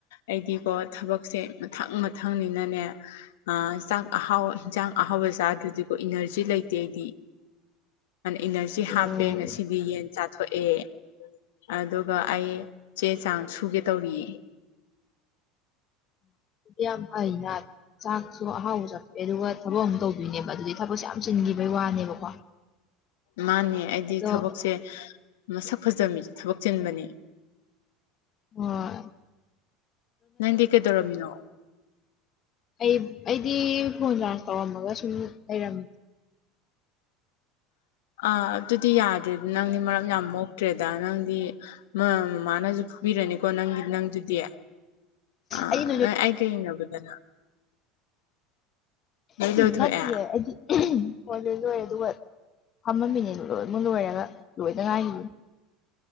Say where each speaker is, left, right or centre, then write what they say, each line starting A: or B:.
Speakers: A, on the left; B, on the left.
A: ꯑꯩꯗꯤꯀꯣ ꯊꯕꯛꯁꯦ ꯃꯊꯪ ꯃꯊꯪꯅꯤꯅꯅꯦ ꯑ ꯆꯥꯛ ꯑꯍꯥꯎ ꯆꯥꯛ ꯑꯍꯥꯎꯕ ꯆꯗꯨꯗꯤ ꯏꯅꯔꯖꯤ ꯂꯩꯇꯦ ꯑꯩꯗꯤ ꯏꯅꯔꯖꯤ
B: ꯑꯣ
A: ꯍꯥꯞꯄꯦ ꯉꯁꯤꯗꯤ ꯌꯦꯟ ꯆꯥꯊꯣꯛꯑꯦ ꯑꯗꯨꯒ ꯑꯩ ꯆꯦ ꯆꯥꯡ ꯁꯨꯒꯦ ꯇꯧꯔꯤ
B: ꯌꯥꯝ ꯐꯪꯅ ꯆꯥꯛ ꯁꯨ ꯑꯍꯥꯎꯕ ꯆꯥꯊꯣꯛꯑꯦ ꯑꯗꯨꯒ ꯊꯕꯛ ꯑꯃꯨꯛ ꯇꯧꯗꯣꯏꯅꯦꯕ ꯑꯗꯨꯗꯤ ꯊꯕꯛꯁꯦ ꯌꯥꯝ ꯆꯤꯟꯈꯤꯕꯒꯤ ꯋꯥꯅꯦꯕꯀꯣ
A: ꯃꯥꯅꯦ ꯑꯩꯗꯤ
B: ꯑꯗꯣ
A: ꯊꯕꯛꯁꯦ ꯃꯁꯛ ꯐꯖꯕ ꯃꯤꯁꯦ ꯊꯕꯛ ꯆꯤꯟꯕꯅꯦ
B: ꯑꯣ
A: ꯅꯪꯗꯤ ꯀꯩꯗꯧꯔꯝꯃꯤꯅꯣ
B: ꯑꯩ ꯑꯩꯗꯤ ꯐꯣꯟ ꯆꯥꯡ ꯇꯧꯔꯝꯃꯒ ꯁꯨꯝ ꯂꯩꯔꯝ
A: ꯑꯥ ꯑꯗꯨꯗꯤ ꯌꯥꯗ꯭ꯔꯦ ꯅꯪꯗꯤ ꯃꯔꯝ ꯌꯥꯝ ꯃꯣꯛꯇ꯭ꯔꯦ ꯅꯪꯗꯤ ꯃꯃꯥꯅꯁꯨ ꯐꯨꯕꯤꯔꯅꯤꯀꯣ ꯅꯪꯒꯤ ꯅꯪꯗꯨꯗꯤ ꯑꯥ
B: ꯑꯩ
A: ꯅꯪ ꯑꯩꯒ ꯌꯦꯡꯅꯕꯗꯅ ꯂꯣꯏ ꯂꯣꯏꯊꯣꯛꯑꯦ
B: ꯅꯠꯇꯦ ꯑꯩꯗꯤ ꯍꯣꯏ ꯂꯣꯏ ꯂꯣꯏꯔꯦ ꯑꯗꯨꯒ ꯐꯝꯃꯝꯃꯤꯅꯤ ꯂꯣꯏꯃꯛ ꯂꯣꯏꯔꯒ ꯂꯣꯏꯗ ꯉꯥꯏꯔꯤꯌꯦ